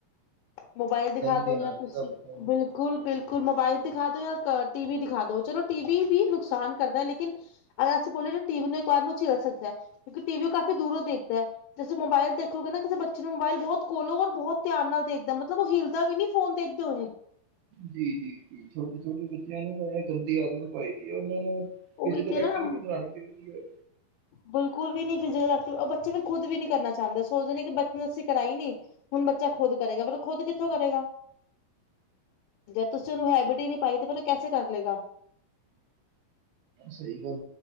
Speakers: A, on the left; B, on the right.
A: ਮੋਬਾਇਲ ਦਿਖਾ ਦੋ
B: ਦੇਣਾ
A: ਜਾਂ ਤੁਸੀਂ
B: ਚਾਹੀਦਾ ਬੱਚਿਆਂ
A: ਬਿਲਕੁਲ
B: ਨੂੰ
A: ਬਿਲਕੁਲ ਬਿਲਕੁਲ ਮੋਬਾਈਲ ਦਿਖਾ ਦੋ ਜਾਂ ਟੀ ਵੀ ਦਿਖਾ ਦੋ ਚਲੋ ਟੀ ਵੀ ਨੁਕਸਾਨ ਕਰਦਾ ਹੈ ਲੇਕਿਨ ਅਗਰ ਅਸੀਂ ਬੋਲੇਏ ਟੀ ਵੀ ਨੂੰ ਇੱਕ ਵਾਰ ਨੂੰ ਝੇਲ ਸਕਦਾ ਹੈ। ਕਿਉਂਕਿ ਟੀ ਵੀ ਕਾਫੀ ਦੂਰੋਂ ਦੇਖਦਾ ਹੈ। ਤੁਸੀਂ ਮੋਬਾਇਲ ਦੇਖੋਗੇ ਨਾ ਕਿਸੇ ਬੱਚੇ ਨੂੰ ਮੋਬਾਇਲ ਬਹੁਤ ਖੋਲੋ ਰ ਬਹੁਤ ਧਿਆਨ ਨਾਲ ਦੇਖ ਮਤਲਬ ਉਹ ਹਿਲਦਾ ਵੀ ਨੀ ਫੋਨ ਦੇਖਦੇ ਹੋਏ
B: ਜੀ ਜੀ ਜੀ ਛੋਟੇ ਛੋਟੇ ਬੱਚਿਆਂ ਨੂੰ ਇਹ ਗੰਦੀ ਆਦਤ ਪਾਈ ਰ ਹੈ ਉਹਨਾਂ ਨੂੰ ਫਿਜ਼ਕਲ
A: ਉਹੀ ਤੇ ਨਾ
B: ਐਕਵਿ ਬਣਾਉਣੀ ਚਾਹੀਦੀ ਹੈ
A: ਬਿਲਕੁਲ ਵੀ ਨੀ ਫਿਜ਼ਕਲ ਉਹ ਬੱਚੇ ਫਿਰ ਖੁਦ ਵੀ ਕਰਨਾ ਚਾਹੁੰਦਾ ਸੋਚਦੇ ਕਿ ਬੱਚੇ ਨੇ ਅਸੀ ਕਰਾਈ ਨੀ ਹੁਣ ਬੱਚਾ ਖੁਦ ਕਰੇਗਾ ਪਰ ਖੁਦ ਕਿੱਥੋਂ ਕਰੇਗਾ। ਜਦ ਤੁਸੀਂ ਉਹਨੂੰ ਹੈਬਿਟ ਹੀ ਨਹੀ ਪਾਈ ਤੇ ਫਿਰ ਉਹ ਕੈਸੇ ਕਰ ਲਏਗਾ
B: ਸਹੀ ਗੱਲ